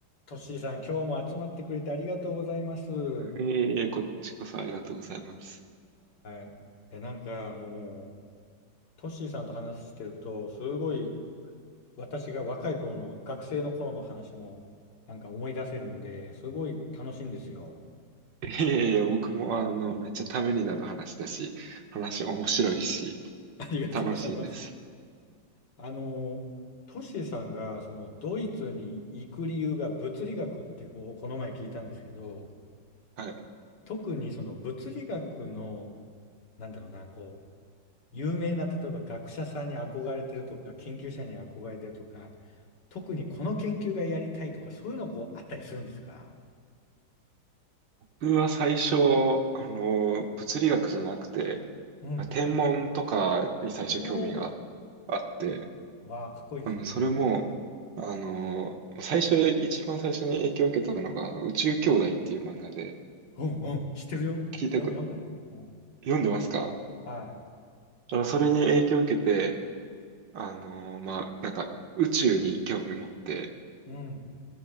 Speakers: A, on the left; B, on the right.
A: トッシーさん、今日も集まってくれてありがとうございます。は
B: いえいえ、こっちこそありがとうございます。
A: い。いや、なんかもう、トッシーさんと話してると、すごい私が若い頃の、学生の頃の話も、なんか思い出せるんで、すごい楽しいんですよ。
B: いやいや、僕もあの、めっちゃためになる話だし、話面白いし、
A: <laughs> ありがとうございます。
B: 楽しいです。
A: あの、トッシーさんが、その、ドイツに行く理由が物理学って、こう、この前聞いたんですけど、
B: はい。
A: 特にその物理学の、なんだろうな、こう、有名な、例えば学者さんに憧れてるとか、研究者に憧れてるとか、特にこの研究がやりたいとか、そういうのこうあったりするんですか
B: 僕は最初、あの、物理学じゃなくて、
A: うん。
B: 天文とかに最初興味が
A: おお、
B: あ、あって、
A: わあ、かっこいいですね。
B: あの、それも、あの、最初、一番最初に影響を受けたのが、宇宙兄弟っていう漫画で、
A: うんうん、知ってるよ。
B: 聞いたく、
A: 俺も読んだよ。うん、
B: 読んでますか
A: はい。
B: あのそれに影響を受けて、あのーまあ、なんか、宇宙に興味持って、
A: うん、